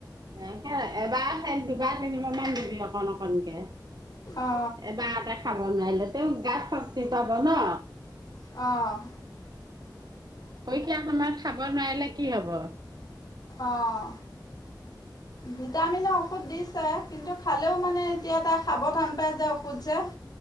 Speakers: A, on the right; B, on the left.
A: এ এবাৰ ঠাইত দুবাৰ তিনি বাৰমান দিবি অকন অকনকে।
B: অ
A: এবাৰতে খাব নোৱাৰিলে, তেওঁ গাত শক্তি পাব ন।
B: অঁ।
A: পৰীক্ষা সময়ত খাব নোৱাৰিলে কি হব।
B: অঁ। ভিটামিন ঔষধ দিছে, কিন্তু খালেও মানে এতিয়া তাই খাব তান পায় যে ঔষধ যে। <inaudible>